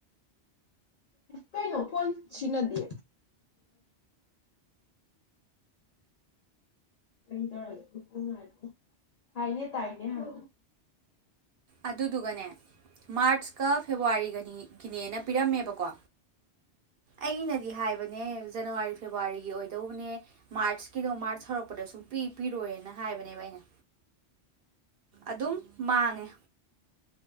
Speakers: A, on the left (about 60°); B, on the right (about 60°).
A: ꯀꯩꯅꯣ ꯐꯣꯟ ꯁꯤꯅꯗꯦ <unintelligible> ꯍꯥꯏꯅꯦ ꯇꯥꯏꯅꯦ ꯍꯥꯏ
B: ꯑꯗꯨꯗꯨꯒꯅꯦ ꯃꯥꯔꯁꯀ ꯐꯦꯕꯋꯥꯔꯤꯒꯅꯤ ꯒꯤꯅꯦꯅ ꯄꯤꯔꯝꯃꯦꯕꯀꯣ ꯑꯩꯅꯗꯤ ꯍꯥꯏꯕ ꯅꯦ ꯖꯅꯋꯥꯔꯤ ꯐꯦꯕꯋꯥꯔꯤꯒꯤ ꯑꯣꯏꯗꯧꯕꯅꯦ ꯃꯥꯔꯁꯀꯤꯗꯣ ꯃꯥꯔꯁ ꯍꯧꯔꯛꯄꯗ ꯁꯨꯡ ꯄꯤ ꯄꯤꯔꯣꯏꯅ ꯍꯥꯏꯕꯅꯦꯕ ꯑꯩꯅ ꯑꯗꯨꯝ ꯃꯥꯡꯉꯦ